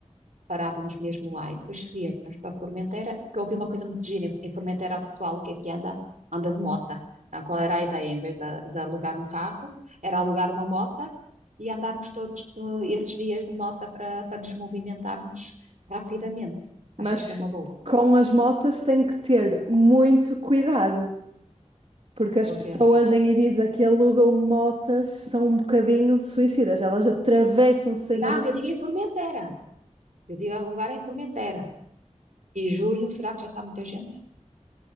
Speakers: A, on the right (about 80°); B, on the right (about 50°).
A: parávamos mesmo lá e depois seguíamos para a Formentera, porque eu ouvi uma coisa muito gira, em em Formentera o pessoal que aqui anda, anda de mota. Então, qual era a ideia? Em vez de, de alugar um carro, era alugar uma mota e andarmos todos eh, esses dias de mota para, para nos movimentarmos rapidamente. Achas
B: mas
A: que é uma boa?
B: com as motas tem que ter muito cuidado, porque as
A: Porque...
B: pessoas em Ibiza que alugam motas são um bocadinho suicidas, elas atravessam sem
A: Não,
B: avisar.
A: eu digo em Formentera, eu digo alugar em Formentera. E junho, será que já está muita gente?